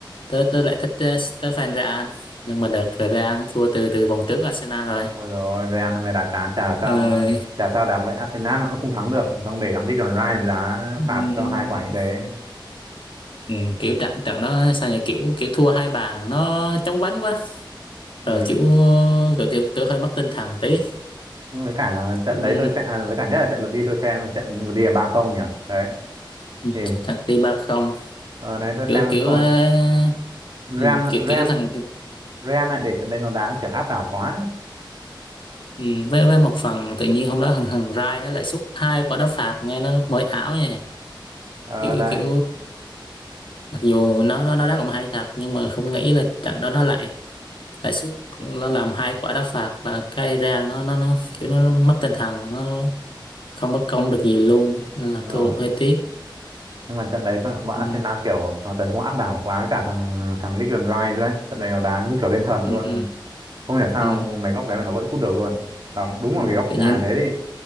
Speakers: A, on the left; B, on the right.
A: tớ tớ lại thích ờ, tớ fan Real nhưng mà đợt Real thua từ từ vòng trước Arsenal rồi
B: ôi rồi Real năm nay đá chán chả sao
A: Ờ,
B: chả sao đá với Arsenal nó cũng không thắng được không để thắng đi còn Ryan đá
A: ừm,
B: phạt cho hai quả như thế
A: ừm, kiểu trận trận đó sao nhỉ kiểu kiểu thua hai bàn nó chóng vánh quá
B: ừ.
A: rồi kiểu kiểu, kiểu, kiểu hơi mất tinh thần tí
B: nhưng với cả trận
A: kiểu,
B: đấy tôi sẽ à, với cả nhất là trận lượt đi tôi xem trận lượt đi là ba không nhỉ đấy
A: ừm,
B: thì
A: thằng đi ba không
B: <laughs> ở đấy tôi
A: kiểu
B: xem
A: kiểu
B: không
A: ờ,
B: Real
A: ừm, kiểu
B: Real
A: kiểu thằng
B: Real lại để trận đấy nó đá kiểu áp đảo quá ấy.
A: ừm, với với một phần tự nhiên hôm đó thằng thằng Rai nó lại sút hai quả đá phạt nghe nó mới ảo nha
B: ờ
A: kiểu
B: đấy
A: kiểu mặc dù nó nó nó đá cũng hay thật nhưng mà không nghĩ là trận đó nó lại lại sút nó làm hai quả đá phạt là cái rang nó nó nó kiểu nó mất tinh thần nó không bất công được gì luôn nên là
B: đúng rồi
A: thua cũng hơi tiếc
B: nhưng mà trận đấy con- bọn
A: ừ,
B: Arsenal kiểu nó tấn công áp đảo quá với cả thằng thằng Declan Rice đấy trận đấy nó đá như kiểu lên thần
A: ừ,
B: luôn
A: ừ,
B: không hiểu sao
A: ừ.
B: mấy góc đấy mà nó vẫn sút được luôn đóng đúng
A: Ừ,
B: vào cái góc
A: tự
B: chữ A
A: nhiên
B: thế thì